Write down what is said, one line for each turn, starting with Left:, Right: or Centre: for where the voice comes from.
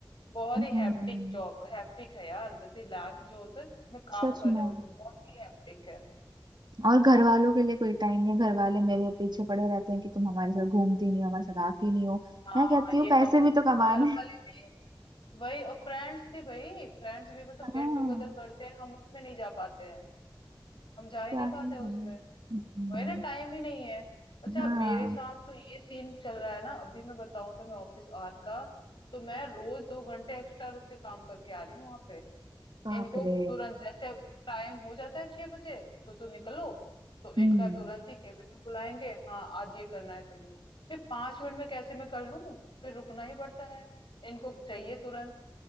Left: बहुत
Right: हम्म।
Left: ही हैप्टिक जॉब हैप्टिक है यार जैसे लाइफ जो होता है जिसमें काम
Right: सच
Left: करने
Right: में
Left: होते बहुत ही हैप्टिक है
Right: और घर वालों के लिए कोई टाइम नहीं घर वाले मेरे पीछे पड़े रहते हैं कि तुम हमारे साथ घूमती नहीं हो हमारे साथ आती नहीं हो
Left: हाँ
Right: मैं कहती हूँ
Left: ये
Right: पैसे
Left: कम
Right: भी
Left: घर
Right: तो कमाने
Left: वाले
Right: हैं।
Left: भी वही और फ्रेंड्स भी भाई फ्रेंड्स भी मतलब
Right: हाँ
Left: गेट टुगेदर करते हैं हम उसमें नहीं जा पाते हैं हम जा ही
Right: क्या
Left: नहीं
Right: है
Left: पाते
Right: हम्म,
Left: उसमें वही ना टाइम ही नहीं है अच्छा
Right: हाँ
Left: मेरे साथ तो ये सीन चल रहा है ना अभी मैं बताऊं तो मैं ऑफिस आर का तो मैं रोज दो घंटे एक्स्ट्रा रुक के काम करके आ रही हूँ वहां पे
Right: बाप
Left: इनको
Right: रे
Left: तुरंत जैसे टाइम हो जाता है छह बजे सोचो निकलो तो
Right: हम्म
Left: इनका तुरंत ही केबिन में बुलाएंगे हाँ आज ये करना है तुम्हें फिर पांच मिनट में कैसे मैं कर लूं फिर रुकना ही पड़ता है इनको चाहिए तुरंत